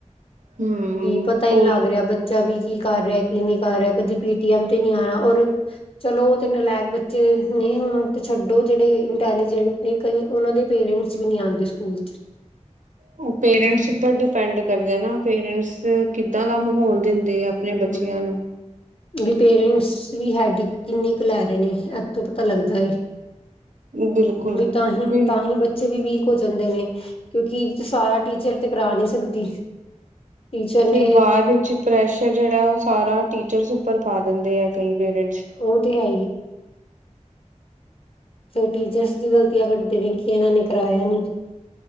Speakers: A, on the right; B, on the left.
A: ਹੂੰ
B: ਕੀ ਪਤਾ ਹੀ
A: ਉਹੀ
B: ਲੱਗ ਰਿਹਾ ਬੱਚਾ ਵੀ ਕੀ ਕਰ ਰਿਹਾ ਕੀ ਨਹੀਂ ਕਰ ਰਿਹਾ ਕਦੇ ਪੇਟੀਐਮ ਤੇ ਨਹੀਂ ਆਉਣਾ ਔਰ ਚਲੋ ਉਹ ਤੇ ਨਲਾਇਕ ਬੱਚੇ ਨੇ ਹੁਣ ਤੇ ਛੱਡੋ ਜਿਹੜੇ ਇੰਟੈਲੀਜੈਂਟ ਨਿਕਲ ਉਹਨਾਂ ਦੇ ਪੇਰੈਂਟਸ ਵੀ ਨਹੀਂ ਆਉਂਦੇ ਸਕੂਲ ਚ
A: ਉਹ ਪੇਰੈਂਟਸ ਉੱਪਰ ਡਿਪੈਂਡ ਕਰਦੇ ਨਾ ਪੇਰੈਂਟਸ ਕਿੱਦਾਂ ਦਾ ਮਾਹੌਲ ਦਿੰਦੇ ਆ ਆਪਣੇ
B: ਹੂੰ,,,
A: ਬੱਚਿਆਂ ਨੂੰ
B: ਵੀ ਪੇਰੈਂਟਸ ਵੀ ਹੈਡ ਕਿੰਨੀ ਕੀ ਲੈ ਰਹੇ ਨੇ ਦੁੱਖ ਤਾਂ ਲੱਗਦਾ ਐ
A: ਬਿਲਕੁਲ
B: ਵੀ ਤਾਂਹੀ
A: ਫਿਰ
B: ਤਾਂਹੀ ਬੱਚੇ ਵੀ ਵੀਕ ਹੋ ਜਾਂਦੇ ਨੇ ਕਿਉਂਕਿ ਸਾਰਾ ਟੀਚਰ ਤੇ ਕਰਾ ਨੀ ਸਕਦੀ। ਟੀਚਰ ਨੇ
A: ਫਿਰ ਬਾਅਦ ਵਿੱਚ ਪ੍ਰੈਸ਼ਰ ਜਿਹੜਾ ਉਹ ਸਾਰਾ ਟੀਚਰਸ ਉੱਪਰ ਪਾ ਦਿੰਦੇ ਆ ਕਈ ਪੇਰੈਂਟਸ,
B: ਉਹ ਤੇ ਹੈ। ਫਿਰ ਟੀਚਰਸ ਦੀ ਗਲਤੀਆਂ ਕਰਦੇ ਨੇ ਕਿ ਇਹਨਾਂ ਨੇ ਕਰਾਇਆ ਨੀ।